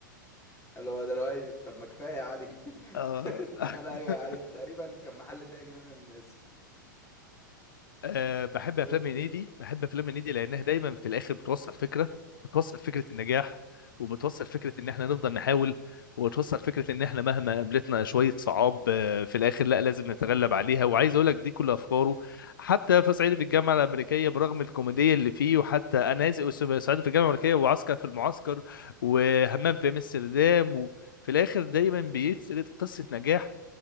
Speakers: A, on the left; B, on the left.
A: اللي هو دلوقتي طب ما كفاية يا علي <laughs>
B: اه <laughs>
A: أنا أيوه يا علي ده تقريبا كان محل تاني وأنا اللي ناسي <laughs>
B: أه بحب
A: ده
B: افلام
A: الفيلم
B: هنيدي بحب افلام هنيدي لانها دايما في الاخر بتوصل فكره بتوصل فكره النجاح وبتوصل فكره ان احنا نفضل نحاول وبتوصل فكره ان احنا مهما قابلتنا شويه صعاب آه، في الاخر لا لازم نتغلب عليها وعايز اقول لك دي كل افكاره حتى في صعيدي في الجامعه الامريكيه برغم الكوميديه اللي فيه وحتى انا اسف صعيدي في الجامعه
A: أيوة
B: الامريكيه
A: طبعا
B: وعسكر في المعسكر وهمام في امستردام وفي الاخر دايما بيسرد قصه نجاح